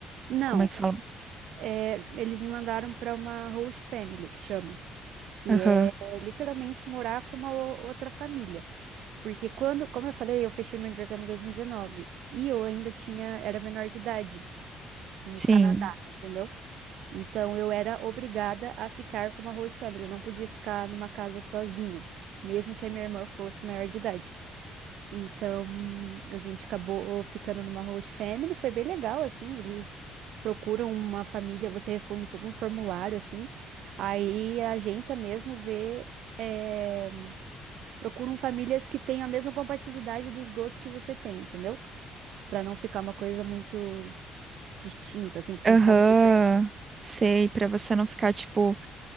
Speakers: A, on the right; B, on the right.
A: Não,
B: Como é que fala?
A: é, eles me mandaram pra uma host family, que chama. Que
B: Aham.
A: é literalmente morar com uma o- outra família. Porque quando, como eu falei, eu fechei meu intercâmbio em 2019. E dezenove e eu ainda tinha, era menor de idade no
B: Sim.
A: Canadá, entendeu? Então eu era obrigada a ficar com uma host family, eu não podia ficar numa casa sozinha, mesmo que a minha irmã fosse maior de idade. Então a gente acabou ficando numa host family, foi bem legal assim, eles procuram uma família, você responde todo um formulário assim. Aí a agência mesmo vê é, procuram famílias que tenham a mesma compatibilidade dos gostos que você tem, entendeu? Pra não ficar uma coisa muito distinta, assim, pra você
B: Aham,
A: não ficar meio perdido.
B: sei, pra você não ficar tipo.